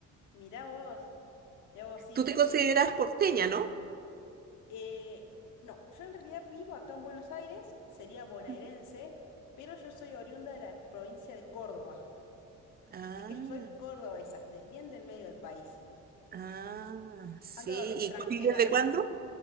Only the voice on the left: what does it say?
Mirá vos. Mirá vos, sí,
viste
que...
eh, no, yo en realidad vivo acá en Buenos Aires, sería bonaerense,
pero yo soy oriunda de la provincia de Córdoba.
Así que yo soy cordobesa, de- bien del medio del país.
Ando de extranjera
acá.